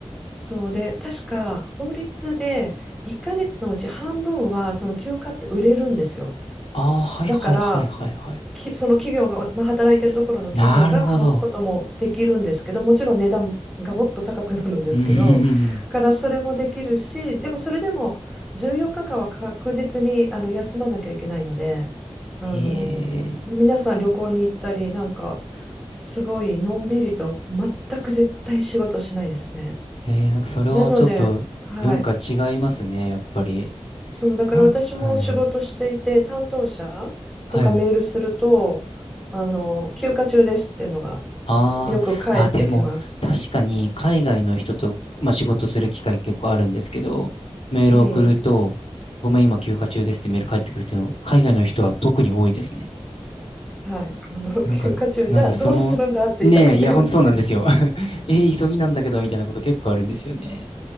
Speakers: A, in the centre; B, on the left.
A: そうで、確か法律で1ヶ月のうち半分はその休暇って売れるんですよ。
B: ああ、はいはいはいはいはい。
A: だから、きその企業が、まあ、働いてるところの企業が買うこともできるんですけど、
B: なるほど。
A: もちろん値段がもっと高くなるんですけど、
B: うんうんうんうん。
A: からそれもできるし、でもそれでも14日間は確実にあの休まなきゃいけないので、あの、
B: へえ、
A: 皆さん旅行に行ったり、なんかすごいのんびりと全く絶対仕事しないですね。
B: えー、なんかそれはちょっと文化違いますね、
A: なので、はい、
B: やっぱり。
A: そう、だから私も仕事していて、
B: な、はいはい。
A: 担当者とかメールすると、
B: はい。
A: あの、休暇中ですっていうのが
B: ああ、
A: よく返ってきます。
B: あ、でも、確かに海外の人と、まあ、仕事する機会結構あるんですけど、メールを送ると、
A: ええ、
B: ごめん、今休暇中ですってメール返ってくるっていうの、海外の人は特に多いですね。
A: はい、あの、<laughs>
B: なんか、
A: 休暇中、
B: なんかその、
A: じゃあどうするんだって言いたくなりますけど。
B: ねえ、いや、ほんとそうなんですよ。<laughs> えー、急ぎなんだけど、みたいなこと結構あるんですよね。